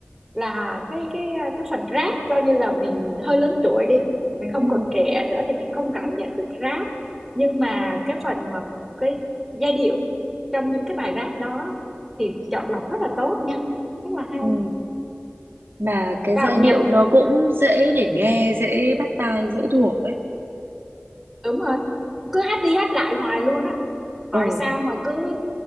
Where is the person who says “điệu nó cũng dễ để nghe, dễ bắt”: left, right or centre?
Right